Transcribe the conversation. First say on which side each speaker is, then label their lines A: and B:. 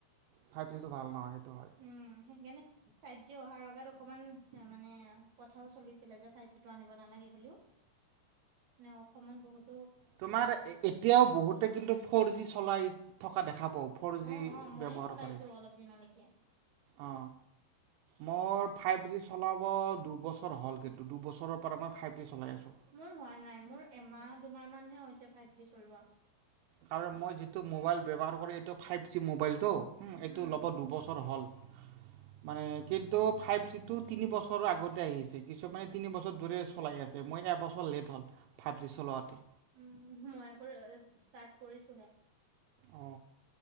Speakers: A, on the right; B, on the right.
A: ফাইভ জিটো ভাল নহয় সেইটো হয়
B: উম, সেইকাৰণে ফাইভ জি অহাৰ লগগত অকমান মানে কথাও চলিছিলে যে ফাইভ জি টো আনিব নালাগে বুলিও নে অসমত বহুত
A: তোমাৰ এতিয়াও বহুতে কিন্তু ফৰ জি চলাই থকা দেখা পাও ফ'ৰ
B: অ',
A: জি
B: অ', ময়ে
A: ব্যৱহাৰ
B: চলাইছো
A: কৰে
B: অলপ দিনলৈকে।
A: অ মোৰ ফাইভ জি চলাব দুবছৰ হ'ল কিন্তু দুবছৰৰ পৰা মই ফাইভ জি চলাই আছোঁ।
B: মোৰ হোৱা নাই মোৰ এমাহ দুমাহ মানহে হৈছে ফাইভ জি চলোৱা
A: কাৰ মই যিটো মোবাইল ব্যৱহাৰ কৰো এইটো ফাইভ জি মবাইলটো
B: উম।
A: এইটো ল'ব দুবছৰ হ'ল মানে কিন্তু ফাইভ চি টো তিনি বছৰৰ আগতে আহিছে কিছুমানে তিনি বছৰ দৰে চলাই আছে যে মই এবছৰ লেট হ'ল ফাইভ জি চলোৱাতে
B: উম, মই আকৌ ষ্টাৰ্ট কৰিছোহে
A: অ